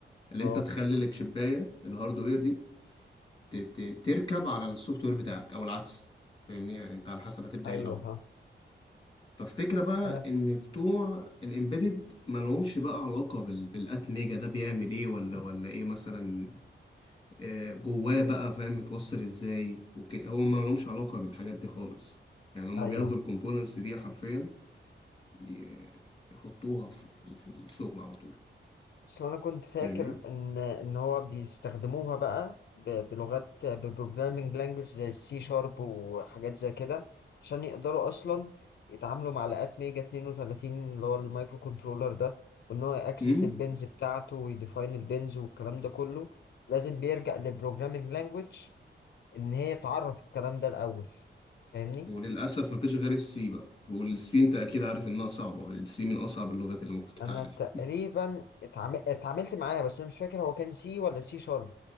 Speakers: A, on the left (about 25°); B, on the left (about 60°).
A: اللي
B: اه
A: انت تخلي التشبايه الهاردوير دي ت... ت... تركب على السوفت وير بتاعك او العكس فاهمني يعني انت على حسب هتبدا
B: ايوه
A: ايه الاول
B: فاهم
A: فالفكرة
B: بس
A: بقى
B: انا
A: إن بتوع الإمبيدد مالهمش بقى علاقة بال... بالأت ميجا ده بيعمل إيه ولا ولا إيه مثلا آه، جواه بقى فاهم متوصل إزاي وكده هو مالهمش علاقة بالحاجات دي خالص يعني هما
B: ايوه
A: بياخدوا الكومبوننتس دي حرفيا ي- يحطوها في, في في الشغل على طول
B: بس انا كنت فاكر
A: فاهمني؟
B: ان ان هو بيستخدموها بقى ب- بلغات ببروجرامينج لانجوج زي السي شارب وحاجات زي كده عشان يقدروا اصلا يتعاملوا مع لقات ميجا 32 اللي هو المايكرو كنترولر ده وان هو ياكسس
A: امم
B: البنز بتاعته ويديفاين البنز والكلام ده كله لازم بيرجع لبروجرامينج لانجوج ان هي تعرف الكلام ده الاول فاهمني
A: وللأسف مفيش غير السي بقى والسي أنت أكيد عارف إنها صعبة السي من أصعب اللغات اللي ممكن تتعلمها
B: انا تقريبا اتعامل- اتعاملت معاه بس انا مش فاكر هو كان سي ولا سي شارب